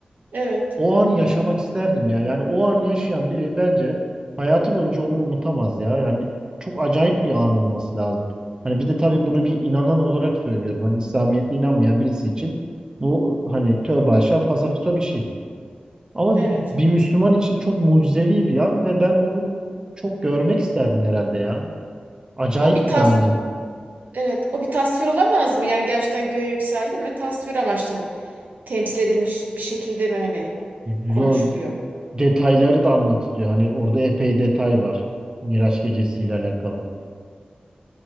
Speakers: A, on the right; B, on the right.
A: Evet.
B: o anı yaşamak isterdim ya. Yani o anı yaşayan biri bence hayatı boyunca onu unutamaz ya. Yani çok acayip bir an olması lazım. Hani bir de tabii bunu bir inanan olarak söylüyorum. Hani İslamiyet'e inanmayan birisi için bu hani tövbe aşağı fasafiso bir şey. Ama
A: Evet.
B: bir Müslüman için çok mucizevi bir an ve ben onu çok görmek isterdim herhalde ya. Acayip
A: O bir tas,
B: yani.
A: evet, o bir tasvir olamaz mı? Yani gerçekten göğe yükseldi mi? Tasvir amaçlı mı? Temsil edilmiş bir şekilde mi hani
B: Yo,
A: konuşuluyor?
B: detayları da anlatılıyor. Hani orada epey detay var. Miraç gecesiyle alakalı.